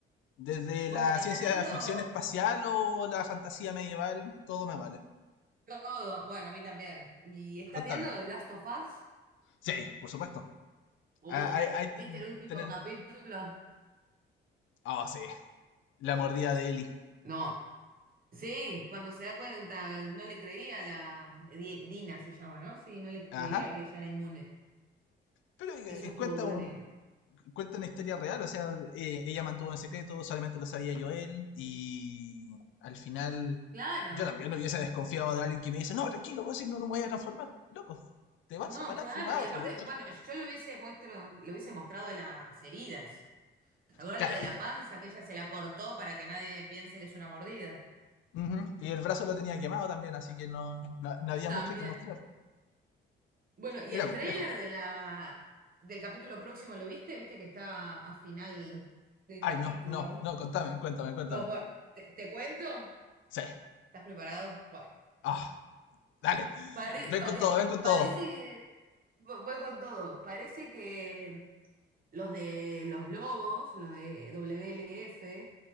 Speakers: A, on the left (about 75°); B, on the right (about 45°).
A: Desde
B: Bueno,
A: la
B: ¿estás
A: ciencia
B: viendo
A: ficción espacial o la fantasía medieval, todo me vale.
B: todo? Bueno, a mí también. ¿Y estás
A: Contame.
B: viendo The Last of Us?
A: Sí, por supuesto.
B: Oh,
A: Ah, Hay, hay ten-
B: ¿viste el último
A: tener-
B: capítulo?
A: Oh, sí. La mordida de Eli.
B: No. Sí, cuando se da cuenta, no le creía a la Di- Dina se llama, ¿no? Sí, no le creía
A: Ajá.
B: que ella era inmune.
A: Pero eh,
B: Eso estuvo
A: cuenta
B: bueno.
A: un,
B: y-
A: cuenta una historia real, o sea, eh, ella mantuvo en secreto, solamente lo sabía Joel y al final
B: Claro,
A: yo también no hubiese desconfiado de alguien que me dice, no, tranquilo, vos si no, no me voy a transformar, loco, te
B: no,
A: vas a parar,
B: claro.
A: si me vas
B: Y aparte,
A: a morder.
B: bueno, yo le hubiese muestro, le hubiese mostrado las heridas. Ahora
A: Claro.
B: la de la panza que ella se la cortó para que nadie piense que es una mordida.
A: Ujú, Y el brazo lo tenía quemado también, así que no, no, no había
B: También.
A: mucho que mostrar.
B: Bueno, y
A: Era
B: el
A: complejo.
B: tráiler de la del capítulo próximo, ¿lo viste? ¿Viste que está a final del
A: Ay,
B: capítulo?
A: no, no, no, contame, cuéntame, cuéntame.
B: No, bueno, ¿te, te cuento?
A: Sí.
B: ¿Estás preparado? Bueno.
A: Ah, dale.
B: Pare-
A: Ven
B: pare-
A: con todo, ven con
B: parece,
A: todo.
B: que vo- voy con todo, parece que los de los Lobos, los de WLF,